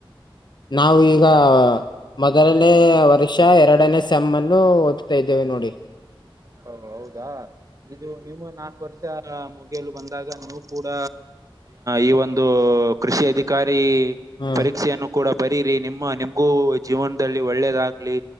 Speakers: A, on the left (about 55°); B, on the right (about 40°).
A: ನಾವು ಈಗ ಮೊದಲನೇ ವರ್ಷ ಎರಡನೇ ಸೆಮ್ ಅನ್ನು ಓದ್ತಾ ಇದ್ದೇವೆ ನೋಡಿ.
B: ಹ ಹೌದಾ ಇದು ನೀವು ನಾಲ್ಕು ವರ್ಷ ಮುಗಿಯಲು ಬಂದಾಗ ನಿಮ್. ಕೂಡ ಈ ಒಂದು ಕೃಷಿ ಅಧಿಕಾರಿ.
A: ಹ್ಮ್
B: ಪರೀಕ್ಷೆಯನ್ನು ಕೂಡ ಬರೀರಿ ನಿಮ್ಮ ನಿಮ್ಗೂ ಜೀವನದಲ್ಲಿ ಒಳ್ಳೇದಾಗ್ಲಿ.